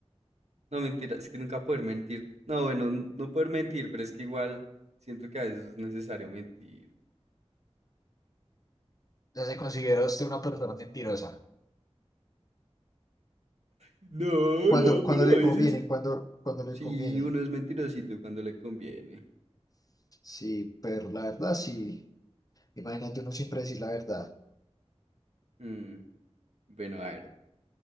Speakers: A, on the right; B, on the left.
A: No, mentira, es que nunca poder mentir. No, bueno, n- no poder mentir, pero es que igual siento que a veces es necesario mentir.
B: Ya se considera usted una persona mentirosa.
A: No,
B: Cuando,
A: no,
B: cuando
A: pero
B: le
A: a veces.
B: conviene, cuando, cuando le
A: Sí,
B: conviene.
A: uno es mentirosito cuando le conviene.
B: Sí, pero la verdad, sí. Imagínate uno siempre decir la verdad.
A: Mm, bueno, a ver.